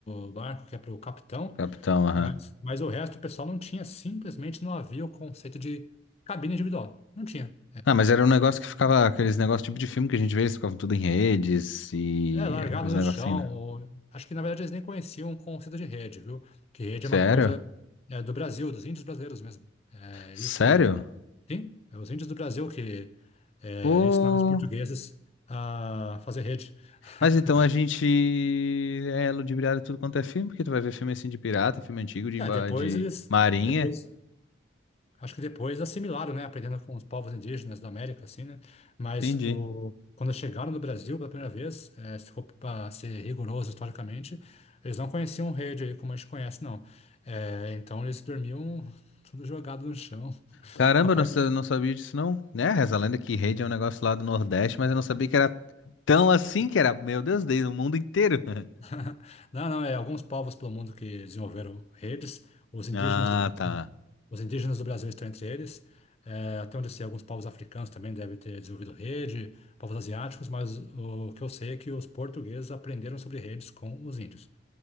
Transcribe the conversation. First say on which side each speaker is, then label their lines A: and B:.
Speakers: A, on the left (about 30°); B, on the left (about 80°).
A: no barco, que é para o capitão,
B: Capitão, aham.
A: mas, mas o resto do pessoal não tinha, simplesmente não havia o conceito de cabine individual. Não tinha.
B: Ah, mas era um negócio que ficava, aqueles negócios tipo de filme que a gente vê, eles ficavam tudo em redes e
A: É largado
B: era os
A: no
B: negocinhos,
A: chão.
B: né?
A: ou- Acho que na verdade eles nem conheciam o conceito de rede, viu? Que rede
B: Sério?
A: é uma coisa é, do Brasil, dos índios brasileiros mesmo. É,
B: Sério?
A: eles que. Sim, é os índios do Brasil que é,
B: Pô.
A: ensinaram os portugueses a fazer rede. <laughs>
B: Mas então a gente é ludibriado em tudo quanto é filme, porque tu vai ver filme assim de pirata, filme antigo, de, emba-
A: É, depois
B: de
A: eles.
B: marinha.
A: Depois. Acho que depois assimilaram, né? Aprendendo com os povos indígenas da América, assim, né? Mas
B: Entendi.
A: o, quando chegaram no Brasil pela primeira vez, eh, se for para ser rigoroso historicamente, eles não conheciam rede aí como a gente conhece, não. Eh, então eles dormiam tudo jogado no chão.
B: Caramba,
A: <laughs>
B: eu não, sa- não sabia disso não. Né? Reza a lenda que rede é um negócio lá do Nordeste, mas eu não sabia que era tão assim que era. Meu Deus, desde o mundo inteiro. <laughs>
A: <laughs> Não, não, é alguns povos pelo mundo que desenvolveram redes. Os indígenas
B: Ah,
A: do Brasil,
B: tá.
A: os indígenas do Brasil estão entre eles. É, até onde eu sei, alguns povos africanos também devem ter desenvolvido rede, povos asiáticos, mas o que eu sei é que os portugueses aprenderam sobre redes com os índios.